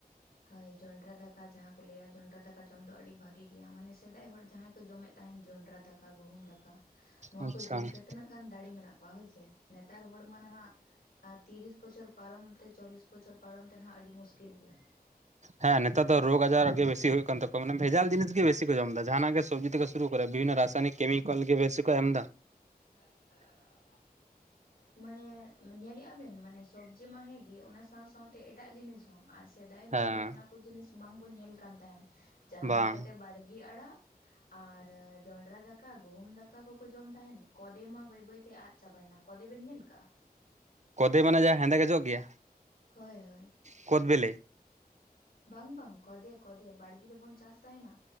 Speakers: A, on the left; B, on the right.
A: ᱦᱳᱭ ᱡᱚᱱᱰᱨᱟ ᱫᱟᱠᱟ ᱡᱟᱦᱟᱸ ᱠᱚ ᱞᱟᱹᱭᱟ ᱡᱚᱱᱰᱨᱟ ᱫᱟᱠᱟ ᱡᱚᱢ ᱫᱚ ᱟᱹᱰᱤ ᱵᱷᱟᱹᱜᱤ ᱜᱮᱭᱟ ᱢᱟᱱᱮ ᱥᱮᱫᱟᱭ ᱦᱚᱲ ᱡᱟᱦᱟᱸᱭ ᱠᱚ ᱡᱚᱢᱮᱫ ᱛᱟᱦᱮᱱ ᱡᱚᱱᱰᱨᱟ ᱫᱟᱠᱟ ᱜᱩᱦᱩᱢ ᱫᱟᱠᱟ
B: ᱟᱠᱟᱫᱟ᱾
A: ᱱᱚᱶᱟ
B: ᱟᱪᱪᱷᱟ
A: ᱠᱚ ᱡᱚᱢ
B: ᱦᱮᱸ
A: ᱛᱮ ᱛᱤᱱᱟᱹᱜ ᱜᱟᱱ ᱫᱟᱲᱮ ᱢᱮᱱᱟᱜ ᱠᱚᱣᱟ ᱦᱳᱭᱥᱮ ᱱᱮᱛᱟᱨ ᱦᱚᱲ ᱢᱟ ᱱᱟᱦᱟᱜ ᱟᱨ ᱛᱤᱨᱤᱥ ᱵᱚᱪᱷᱚᱨ ᱯᱟᱨᱚᱢ ᱛᱮ ᱪᱚᱞᱤᱥ ᱵᱚᱪᱷᱚᱨ ᱯᱟᱨᱚᱢ ᱛᱮ ᱱᱟᱦᱟᱜ ᱟᱹᱰᱤ ᱢᱩᱥᱠᱤᱞ ᱜᱮᱭᱟ
B: ᱦᱮᱸ ᱱᱮᱛᱟᱨ ᱫᱚ ᱨᱳᱜᱽ ᱟᱡᱟᱨ ᱜᱮ ᱵᱮᱥᱤ ᱦᱩᱭᱩᱜ ᱠᱟᱱ ᱛᱟᱠᱚᱣᱟ ᱢᱟᱱᱮ ᱵᱷᱮᱡᱟᱞ ᱡᱤᱱᱤᱥ ᱜᱮ ᱵᱮᱥᱤ ᱡᱚᱢ ᱮᱫᱟ ᱡᱟᱦᱟᱱᱟᱜ ᱜᱮ ᱥᱚᱵᱽᱡᱤ ᱛᱷᱮᱠᱮ ᱥᱩᱨᱩ ᱠᱚᱨᱮ ᱵᱤᱵᱷᱤᱱᱚ ᱨᱟᱥᱟᱭᱚᱱᱤᱠ ᱠᱮᱢᱤᱠᱮᱞ ᱜᱮ ᱵᱮᱥᱤ ᱠᱚ ᱮᱢ ᱮᱫᱟ᱾
A: ᱟᱪᱪᱷᱟ <inaudible> ᱢᱟᱱᱮ ᱧᱮᱞᱮᱫᱼᱟ ᱵᱮᱱ ᱢᱟᱱᱮ ᱥᱚᱵᱽᱡᱤ ᱢᱟ ᱦᱮᱸᱜᱮ ᱚᱱᱟ ᱥᱟᱶ ᱥᱟᱶᱛᱮ ᱮᱴᱟᱜ ᱡᱤᱱᱤᱥ ᱦᱚᱸ ᱟᱨ ᱥᱮᱫᱟᱭ ᱦᱚᱲ
B: ᱦᱮᱸ
A: ᱫᱚ ᱚᱱᱟ ᱠᱚ ᱡᱤᱱᱤᱥ ᱵᱟᱝ ᱵᱚᱱ ᱧᱮᱞ ᱠᱟᱱ ᱛᱟᱦᱮᱱ ᱡᱟᱦᱟᱸ
B: ᱵᱟᱝ
A: ᱞᱮᱠᱟᱛᱮ ᱵᱟᱲᱜᱮ ᱟᱲᱟᱜ ᱟᱨ ᱡᱚᱱᱰᱨᱟ ᱫᱟᱠᱟ ᱜᱩᱦᱩᱢ ᱫᱟᱠᱟ ᱠᱚᱠᱚ ᱡᱚᱢ ᱛᱟᱦᱮᱱ ᱠᱚᱫᱮ ᱢᱟ ᱵᱟᱹᱭ ᱵᱟᱹᱭ ᱛᱮ ᱟᱫ ᱪᱟᱵᱟᱭ ᱮᱱᱟ ᱠᱚᱫᱮ ᱵᱮᱱ ᱧᱮᱞ ᱠᱟᱜᱼᱟ
B: ᱠᱚᱫᱮ ᱢᱟᱱᱮ ᱡᱟ ᱦᱮᱸᱫᱮ ᱜᱮ ᱡᱚᱜ ᱜᱮᱭᱟ᱾
A: ᱦᱳᱭ ᱦᱳᱭ
B: ᱠᱚᱫ ᱵᱮᱞᱮ
A: ᱵᱟᱝ ᱵᱟᱝ ᱠᱚᱫᱮ ᱠᱚᱫᱮ ᱵᱟᱲᱜᱮ ᱨᱮᱵᱚᱱ ᱪᱟᱥ ᱛᱟᱦᱮᱱᱟ᱾